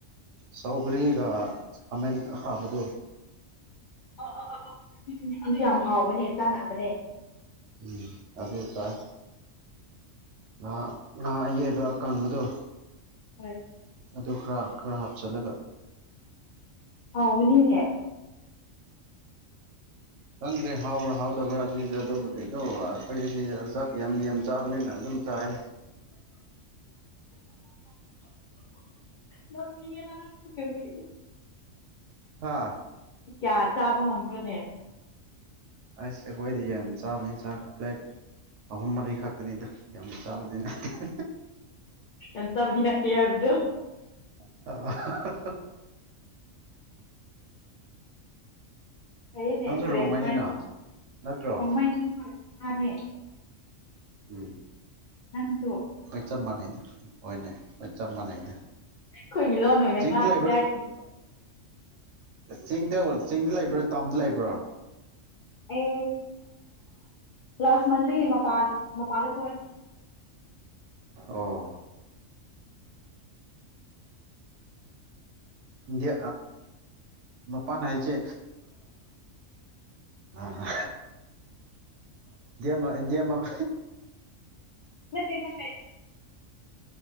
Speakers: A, on the right (about 70°); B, on the left (about 75°).
A: ꯆꯧꯒ꯭ꯔꯤꯒ ꯈꯥꯃꯦꯟ ꯑꯈꯥꯕꯗꯣ
B: ꯑ ꯑ ꯑ ꯑꯗꯨ ꯌꯥꯝ ꯍꯥꯎꯕꯅꯦ ꯆꯥꯟꯅꯕꯅꯦ
A: ꯎꯝ ꯑꯗꯨ ꯇꯥꯏ ꯉꯥ ꯉꯥ ꯑꯌꯥꯢꯕ ꯑꯀꯪꯕꯗꯣ
B: ꯍꯣꯏ
A: ꯑꯗꯨ ꯈꯔ ꯈꯔ ꯍꯥꯞꯆꯜꯂꯒ
B: ꯍꯥꯎꯕꯅꯤꯅꯦ
A: ꯈꯪꯗ꯭ꯔꯦ ꯍꯥꯎꯕ꯭ꯔꯥ ꯍꯥꯎꯇꯕ꯭ꯔꯥꯗꯤ ꯑꯗꯨꯕꯨꯗꯤ ꯑꯗꯨ ꯑꯩꯈꯣꯏꯗꯗꯤ ꯆꯥꯛ ꯌꯥꯝ ꯌꯥꯝ ꯆꯥꯕꯅꯤꯅ ꯑꯗꯨꯝ ꯆꯥꯢꯌꯦ
B: ꯅꯣꯛꯅꯤꯡꯉꯦꯗ ꯅꯪꯁꯨ <unintelligible>
A: ꯍꯥꯥ
B: ꯀꯌꯥ ꯆꯥꯕ ꯉꯝꯕ꯭ꯔꯣꯅꯦ
A: ꯑꯁ ꯑꯈꯣꯏꯗꯤ ꯌꯥꯝ ꯆꯥꯕꯅ ꯆꯥꯛ ꯄ꯭ꯂꯦꯠ ꯑꯍꯨꯝ ꯃꯔꯤ ꯈꯥꯛꯇꯅꯤꯗ ꯌꯥꯝ ꯆꯥꯕꯗꯤ ꯅꯠꯇꯦ
B: ꯌꯥꯝ ꯆꯥꯕꯗꯤ ꯅꯠꯇꯦ ꯍꯥꯏꯕꯗꯨ
A: <unintelligible>
B: ꯐꯩꯌꯦꯅꯦ
A: ꯅꯪꯁꯨ
B: ꯄ꯭ꯂꯦꯠ
A: ꯔꯣꯡꯃꯩꯅꯤꯅ
B: ꯃꯔꯤ
A: ꯅꯠꯇ꯭ꯔꯣ
B: <unintelligible>
A: ꯎꯝ
B: ꯅꯪꯁꯨ
A: ꯍꯣꯏ ꯆꯞ ꯃꯥꯟꯅꯩꯗ ꯍꯣꯏꯅꯦ ꯍꯣꯏ ꯆꯞ ꯃꯥꯟꯅꯩꯗ
B: ꯑꯩꯈꯣꯏꯒꯤ ꯂꯣꯟ ꯑꯣꯏꯅ
A: ꯆꯤꯡꯗ
B: ꯉꯥꯡꯕ
A: ꯂꯩꯕ꯭ꯔꯥ
B: ꯍꯥꯏꯔꯗꯤ
A: ꯆꯤꯡꯗ ꯆꯤꯡꯗ ꯂꯩꯕ꯭ꯔꯣ ꯇꯥꯝꯗ ꯂꯩꯕ꯭ꯔꯣ
B: ꯑꯦ ꯂꯥꯁ ꯃꯟꯗꯒꯤ ꯃꯄꯥꯥꯟ ꯃꯄꯥꯟꯗ ꯊꯣꯛꯑꯦ
A: ꯑꯣ ꯗꯤ ꯃꯄꯥꯟ ꯍꯥꯏꯁꯦ ꯑꯥ ꯃ ꯃ <inaudible>
B: ꯅ ꯊꯦꯡꯅ ꯇ <inaudible>